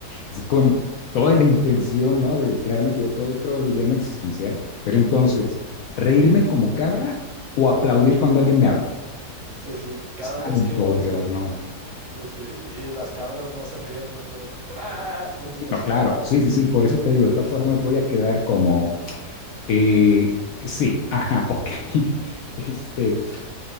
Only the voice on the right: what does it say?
Sí, sí, cada
vez que oyes
un chiste,
sí, y las cabras no se ríen muy bien. es- ¡Ah! <laughs>
Entonces,